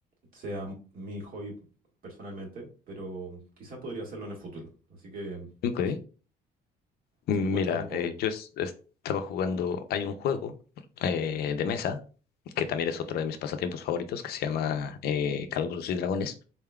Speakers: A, on the right (about 60°); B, on the left (about 70°).
A: sea m- mi hobby personalmente, pero quizás podría hacerlo en el futuro. Así que...
B: Ok.
A: no
B: Mira,
A: Si me cuentas un poco.
B: eh, yo es- estaba jugando, hay un juego eh, de mesa, que también es otro de mis pasatiempos favoritos, que se llama eh, Calabozos y Dragones